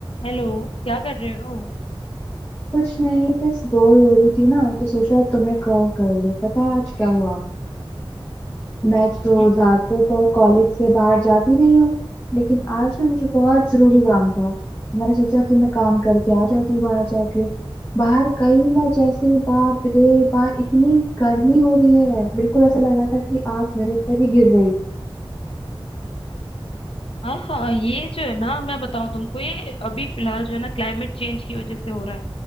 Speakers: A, on the left (about 70°); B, on the left (about 25°).
A: Hello क्या कर रहे हो
B: कुछ नहीं बस बोर हो रही थी ना तो सोचा तुम्हें कॉल कर लो पता है आज क्या हुआ मैं तो
A: हम्म
B: ज्यादातर तो कॉलेज से बाहर जाती नहीं हूँ लेकिन आज ना मुझे बहुत जरूरी
A: हम्म।
B: काम था मैंने सोचा कि मैं काम करके आ जाती हूँ बाहर जाके बाहर गई मैं जैसे ही बाप रे बाप इतनी गर्मी हो रही है बिल्कुल ऐसा लग रहा था कि आग मेरे ऊपर ही गिर रही थी
A: हाँ हाँ ये जो है ना मैं बताऊं तुमको ये अभी फिलहाल जो है ना क्लाइमेट चेंज की वजह से हो रहा है